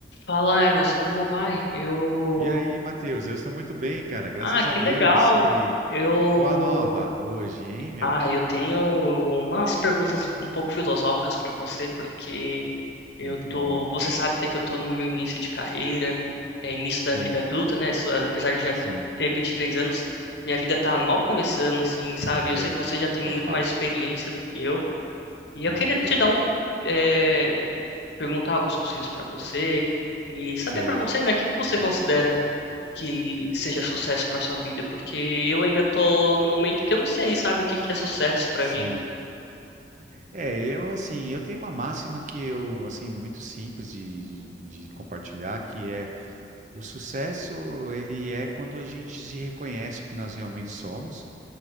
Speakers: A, on the left; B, on the right.
A: Fala, Emerson, como vai? Eu.
B: E aí, Matheus? Eu estou muito bem, cara, graças
A: Ah, que
B: a Deus.
A: legal!
B: E aí?
A: Eu.
B: Qual a nova hoje, hein, meu?
A: Ah, eu tenho umas perguntas um pouco filosóficas para você, porque eu
B: Muito
A: tô.
B: bom.
A: Você sabe, né, que eu tô no meu início de carreira, é, início
B: Sim,
A: da vida adulta, né? Só- Apesar de já
B: sim.
A: ter 23 anos, minha vida tá mal começando, assim, sabe? Eu
B: É,
A: sei que você já tem
B: é
A: muito
B: fato.
A: mais experiência do que eu, e
B: Não,
A: eu queria
B: legal.
A: te dar um. é, perguntar alguns conselhos para você. E saber
B: Certo.
A: para você, né, o que que você considera que seja sucesso para sua vida, porque eu ainda tô no momento que eu não sei, sabe, o que que é sucesso para
B: Sim.
A: mim?
B: É, eu assim, eu tenho uma máxima que eu, assim, muito simples de, de de compartilhar, que é o sucesso, ele é quando a gente se reconhece o que nós realmente somos